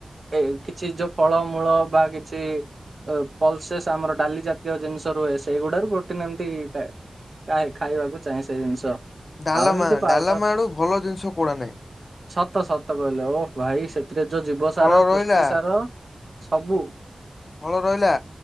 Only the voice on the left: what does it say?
ଡାଲାମା
ଡାଲାମା ଆଡୁ ଭଲ ଜିନିଷ କୁଆଡେ ନାହିଁ।
ଫଳ
ରହିଲା
ଭଲ ରହିଲା।